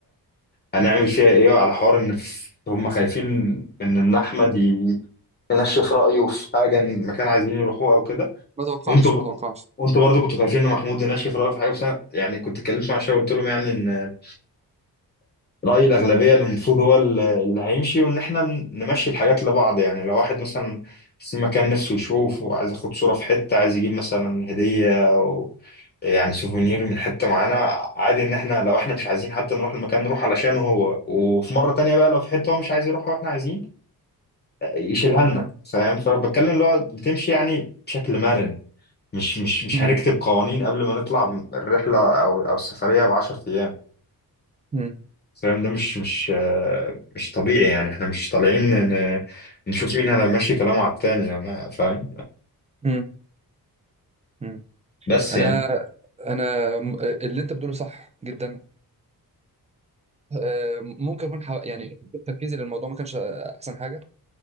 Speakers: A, on the left (about 25°); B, on the right (about 20°).
A: هنعمل فيها ايه وعلى حوار ان ف- هم خايفين من ان احمد ي- ينشف رايه في حاجه إن مكان عايزين يروحوه او كده
B: ما توقعش
A: وانتوا
B: ما توقعش
A: وانتوا برضه كنتوا خايفين ان محمود ينشف رايه في حاجه بس أنا يعني كنت اتكلمت مع شويه قلت لهم يعني ان رأي الأغلبية اللي المفروض هو ال- اللي هيمشي وإن إحنا ن- نمشي الحاجات لبعض يعني لو واحد مثلا في مكان نفسه يشوف وعايز ياخد صورة في حتة عايز يجيب مثلا هدية أو يعني سوفونير من حتة معينة عادي إن إحنا لو إحنا مش عايزين حتى نروح المكان نروح علشانه هو وفي مرة تانية بقى لو في حتة هو مش عايز يروحها وإحنا عايزين يشيلها لنا
B: مم.
A: فاهم فبتكلم اللي هو بتمشي يعني بشكل مرن مش مش مش
B: مم.
A: هنكتب قوانين قبل ما نطلع الرحلة أو أو السفرية بعشر أيام
B: مم.
A: فاهم ده مش مش آه، مش طبيعي يعني احنا مش طالعين ن- نشوف مين اللي ماشي كلامه على التاني انا فاهم
B: مم. مم.
A: بس
B: انا
A: يعني
B: انا م- اللي انت بتقوله صح جدا آه، ممكن اكون حا- يعني تركيزي للموضوع ما كانش آه، احسن حاجه